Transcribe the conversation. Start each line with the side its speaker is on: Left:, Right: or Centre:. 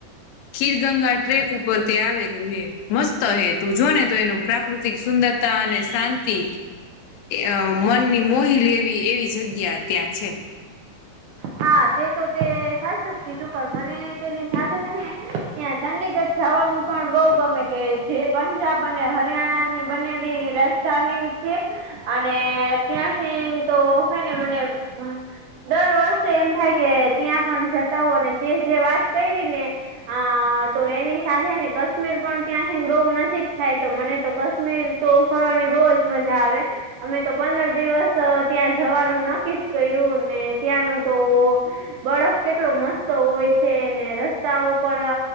Left: ખીર ગંગા ટ્રેક ઉપર તે આવેલું હે મસ્ત હે તું જોને તો એનું પ્રાકૃતિક સુંદરતા અને શાંતિ. અ મનની મોહિલ એવી એવી જગ્યા ત્યાં છે.
Right: હા તે તો તે સાચુંક ક હતું પણ મને તેની સાથેને ત્યાં ચંડીગઢ જવાનું પણ બઉ ગમે કે જે પંજાબ અને હરિયાણા ની બનેલી રાજધાની છે. અને ત્યાંથી તો હોય ને મને દર વર્ષ તો એમ થાય કે ત્યાં પણ જતા હો અને તે જે વાત કરી ને. અ તો એની સાથે ને કાશ્મીર પણ ત્યાંથીઈને બહુ નજીક થાય તો મને તો કાશ્મીર તો ફરવાની બહુ જ મજા આવે. અમે તો પંદર દિવસ ત્યાં જવાનું નક્કી જ કર્યું ને ત્યાંનું તો બરફ કેટલો મસ્ત હોય છે ને રસ્તાઓ પણ